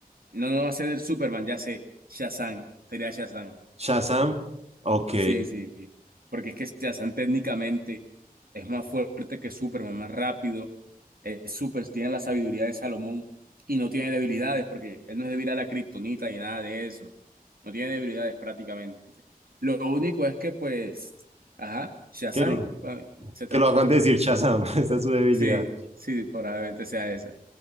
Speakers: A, on the right; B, on the right.
A: No, no va a ser el Superman, ya sé. Shazam, sería Shazam.
B: Shazam, ok.
A: Sí, sí. sí. Porque es que Shazam técnicamente es más fuerte que Superman, más rápido. Es super, tiene la sabiduría de Salomón y no tiene debilidades porque él no es débil a la kriptonita ni nada de eso. No tiene debilidades prácticamente. Lo único es que, pues, ajá, Shazam
B: ¿Qué?
A: cua- se transforma.
B: que lo hagan decir
A: <laughs>
B: Shazam, <laughs> esa es su debilidad.
A: Sí, sí, probablemente sea esa.